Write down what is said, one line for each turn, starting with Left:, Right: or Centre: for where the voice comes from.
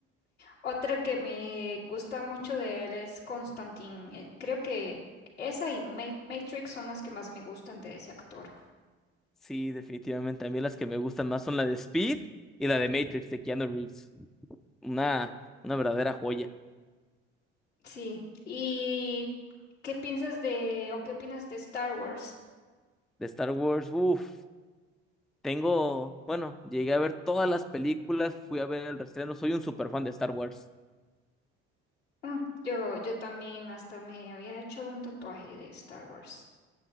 Left: otra que me gusta mucho de él es Constantine. Eh, creo que esa y Ma- Matrix son las que más me gustan de ese actor.
Centre: Sí, definitivamente. A mí las que me gustan más son la de Speed y la de Matrix de Keanu Reeves. una, una verdadera joya.
Left: Sí. ¿Y qué piensas de o qué opinas de Star Wars?
Centre: De Star Wars, Uf, tengo, bueno, llegué a ver todas las películas, fui a ver el reestreno, soy un super fan de Star Wars.
Left: Mm, yo, yo también hasta me había hecho un tatuaje de Star Wars.